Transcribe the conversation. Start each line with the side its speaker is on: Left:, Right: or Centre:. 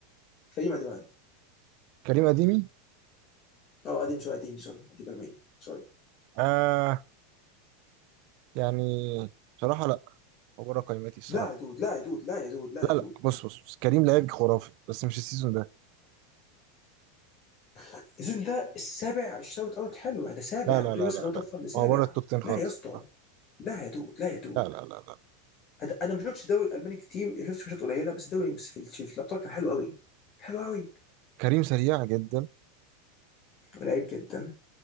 Left: كريم اديبايو
Right: كريم اديمي
Left: اه قديم شويه قديم سوري قديم يومين سوري
Right: آه يعني بصراحه لا هو بره قايمتي الصراحه
Left: لا يا دود لا يا دود لا يا دود لا
Right: لا
Left: يا دود
Right: لا بص بص, بص. كريم لعيب خرافي بس مش السيزون ده
Left: السيزون ده السابع الشوت اوت حلو هذا سابع
Right: لا لا
Left: ما تقولي
Right: لا
Left: مثلا
Right: لا
Left: هو طفل
Right: لا
Left: لسابع
Right: هو بره التوب 10
Left: لا
Right: خالص
Left: يا اسطى
Right: الصراحة.
Left: لا يا دود لا يا دود
Right: لا لا لا لا
Left: هذا- انا ما شفتش الدوري الالماني كتير شفت ماتشات قليله بس الدوري بس في ال- في الابطال كان حلو قوي حلو قوي
Right: كريم سريع جدا
Left: ولعيب جدا